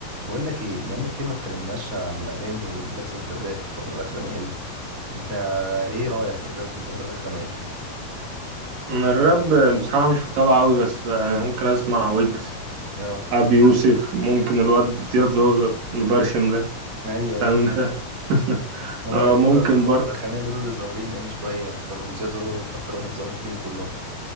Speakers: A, on the right; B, on the right.
A: بقول لك ايه بقالنا كتير ما اتكلمناش عن الاغاني واللي بيحصل في الراب في الفتره الاخرانيه دي انت ايه رايك في الراب في الفتره الاخرانيه
B: من الراب بصراحة مش متابع أوي بس يعني ممكن أسمع ويجز
A: اه
B: أبي يوسف ممكن الواد زياد زوزة المبرشم ده
A: ايوه ايوه
B: فاهم أنت <laughs>
A: <laughs> هو
B: آه،
A: ده الفتره
B: ممكن
A: الفتره
B: برضه
A: الاخرانيه دول اللي ظاهرين يعني شويه اكتر وزياد زازا اكتر واحد ظاهر فيهم كلهم